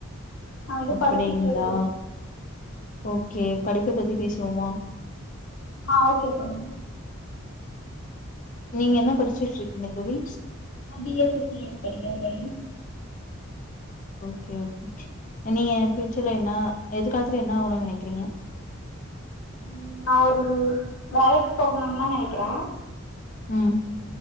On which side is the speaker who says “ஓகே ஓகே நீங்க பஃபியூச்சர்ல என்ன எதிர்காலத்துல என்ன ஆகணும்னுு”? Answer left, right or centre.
Left